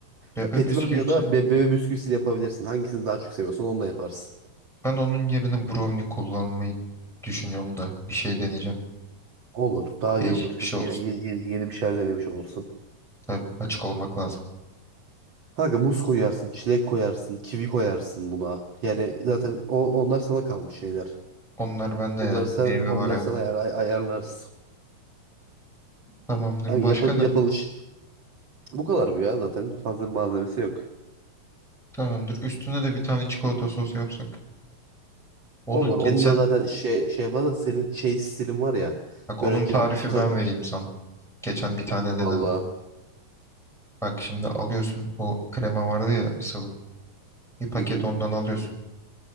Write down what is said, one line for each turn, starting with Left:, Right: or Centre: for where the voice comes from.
Centre: Bebe
Right: Ya petibörlü
Centre: bisküvisi.
Right: ya da be bebe bisküvisiyle yapabilirsin. Hangisini daha çok seviyorsan onunla yaparsın.
Centre: Ben onun yerine brownie kullanmayı düşünüyorum da. Bir şey deneyeceğim.
Right: Olur. Daha
Centre: Değişik
Right: iyi olur.
Centre: bir
Right: Hem
Centre: şey
Right: yeni,
Centre: olsun.
Right: yeni, yeni, yeni bir şeyler denemiş olursun.
Centre: Tabii açık olmak lazım.
Right: Kanka muz koyarsın, çilek koyarsın, kivi koyarsın buna. Yani zaten o, onlar sana kalmış şeyler.
Centre: Onlar bende
Right: Onları
Centre: ya.
Right: sen
Centre: Meyve
Right: onları
Centre: var evde.
Right: sen ayar, ay- ayarlarsın.
Centre: Tamamdır.
Right: Hani
Centre: Başka
Right: yap,
Centre: ne?
Right: yapılış bu kadar bu ya zaten. Fazla bir malzemesi yok.
Centre: Tamamdır. Üstüne de bir tane çikolata sosu yapsak. Onu
Right: Olur.
Centre: geçen
Right: Onu da zaten şey şey yapar da senin şey stilin var ya.
Centre: bak onun
Right: Böyle
Centre: tarifi
Right: cam ka-
Centre: ben vereyim sana. Geçen bir tane
Right: olur
Centre: denedim.
Right: vallahi.
Centre: Bak şimdi alıyorsun o krema vardı ya sıvı. Bir paket
Right: Hı hı.
Centre: ondan alıyorsun.